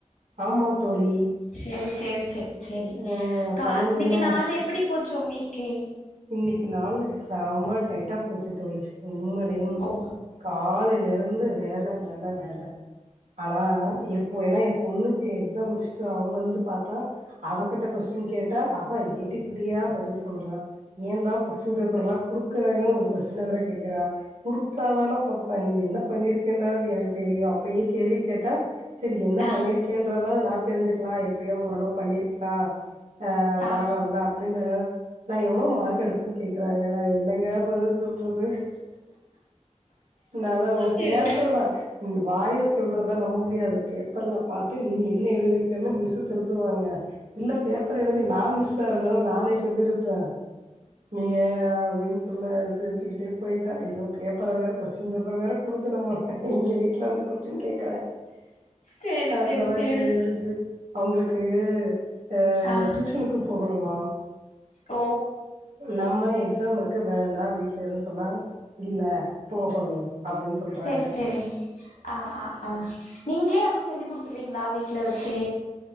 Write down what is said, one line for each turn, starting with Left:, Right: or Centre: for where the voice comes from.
Right: ஆமா தோழி
Left: செரி சேரி சே சேரி
Right: ஆ
Left: கா
Right: பணம்ல
Left: இன்னக்கி நாள் எப்டி போச்சு ஒங்ளுக்கெ
Right: இன்னிக்கி நாளு செம டைட்டா போச்சு தோழி உண்மலையும்
Left: ஓ
Right: காலைல் நெறந்து வேல வேல வேல ஆனா எப்போ எனா எ பொண்ணுக்கு எக்ஸாம் முடுஷ் சோ அவ் வந்து பாத்தா அவகிட்ட கொஸ்டின் கேட் ட அவ ஏட்டிக்புட்டியா பதில் சொல்றா ஏந்தா கொஸ்டின் பேப்பர்லா குடுக்குறாங்கனு ஒரு கொஸ்டின வேற கேக்குறா குடுத்தாதன பப்பா நீங் என் பண்ணிர்க்கேன்னாது எனக்கு தெரியு அப்பயே கேள்வி கேட்டா செரி என்ன
Left: ஆ
Right: பண்ணிர்க்கேன்றதாவு நாட் தெரிஞ்சுக்லா எப்டியோ ஓரளவு பண்ணிரிக்கா அ
Left: ஆ
Right: பரவால்ல அப்டிங்குற நா எவுளோ மார்க் எடுப்புன் கேக்குறாங்க நா என்னங்க பதுல் சொல் ட்றது நாதா ஒ
Left: சேரி
Right: பேப்பரனா வாயில சொல்றத நம்ப முடியாது பேப்பர்ல பாத்து நீ என்ன எழுதிருக்கென்னு மிஸ்சு திருத்துவாங்க இல்ல பேப்பர் எழுதி நா மிஸ்சா இருந்தனா நானே சொல்லிருப்ப நீயே அப்டின் சொல்ல சிருச்சுக்கிட்டே போயிட்டா அய்யோ பேப்பர வேற கொஸ்டின் பேப்பர வேற குடுக்குனுமா இங்க வீட்ல வந்து கொஸ்டின் கேக்குற
Left: சேரி
Right: அந்தளவ்க்கு
Left: சேரி சேரி
Right: ஏடுச்சு அவுங்ளுக்கு அ
Left: ஆ
Right: ட்யூஷனுக்கு போகணுமாம்
Left: ஓ
Right: நம்ம எக்ஸாம் இருக்கு வேண்டா வீட்ல இருன் சொன்னா இல்ல போகணு அப்டின்னு சொல்றாங்க
Left: சேர் செரி அஅஆ நீங்ளே அப்ப சொல்லி குடுத்ருவீங்ளா வீட்ல வச்சே